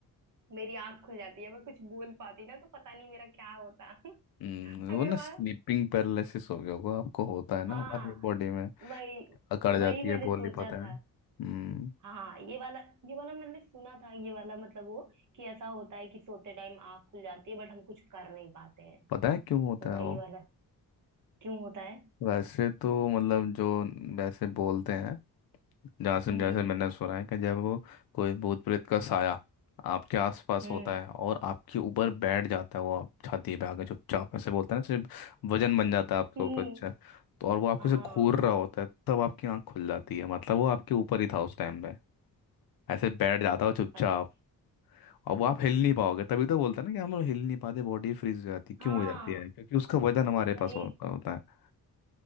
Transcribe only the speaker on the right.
मेरी आंख खुल जाती है मैं कुछ बोल पाती ना तो पता नहीं मेरा क्या होता <laughs>
अगर
वहां
हाँ
वही
वही
मैंने
सोचा
था
हाँ ये वाला ये वाला मैंने सुना था ये वाला मतलब वो कि ऐसा होता है कि सोते टाइम आंख खुल जाती है बट हम कुछ कर नहीं पाते हैं
तो
वही
वाला क्यों होता है
हम्म
हम्म
हम्म
हाँ
यार
सच में
हाँ
वही